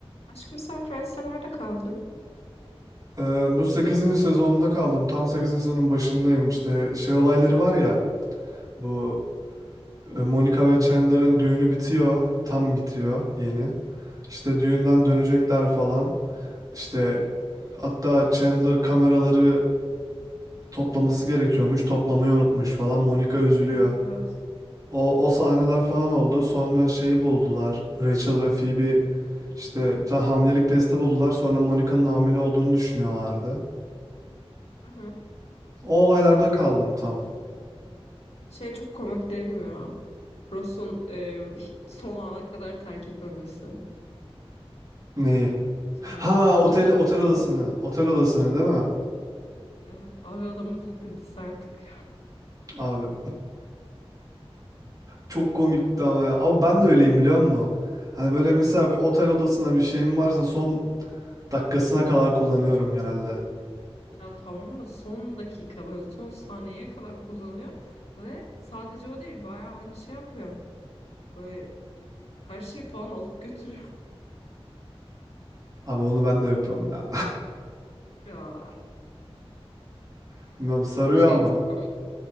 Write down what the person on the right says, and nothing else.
Ee, bu sekizinci sezonda kaldım. Tam sekizinci sezonun başındayım. İşte şey olayları var ya. Bu e, Monica ve Chandler'ın düğünü bitiyor. Tam bitiyor yeni. İşte düğünden dönecekler falan. İşte hatta Chandler kameraları toplaması gerekiyormuş. Toplamayı unutmuş falan. Monica üzülüyor.
O, o sahneler falan oldu. Sonra şeyi buldular. Rachel ve Phoebe işte bir tane hamilelik testi buldular. Sonra Monica'nın hamile olduğunu düşünüyorlardı.
O olaylarda kaldım tam.
Neyi?
Ha otel
otel
odasını.
Otel odasını değil mi?
Abi çok komikti ama ya. Ama ben de öyleyim biliyor musun? Hani böyle mesela bir otel odasına bir şeyim varsa son dakikasına kadar kullanıyorum genelde.
Abi onu ben de yapıyorum ya.
<laughs> Bilmiyorum sarıyor
ama.